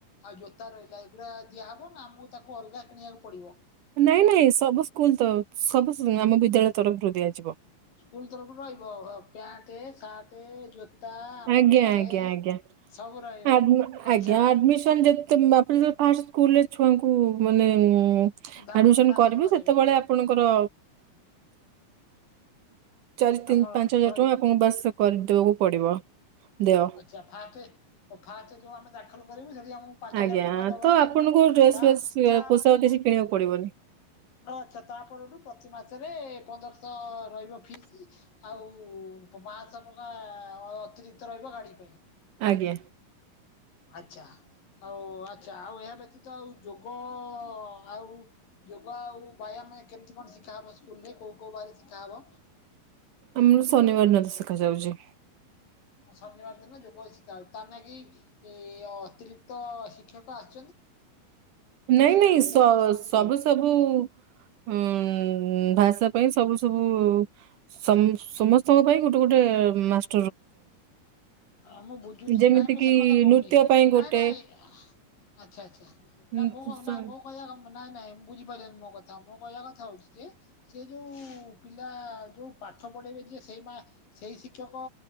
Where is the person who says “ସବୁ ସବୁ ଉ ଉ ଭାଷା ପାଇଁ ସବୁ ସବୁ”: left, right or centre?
Right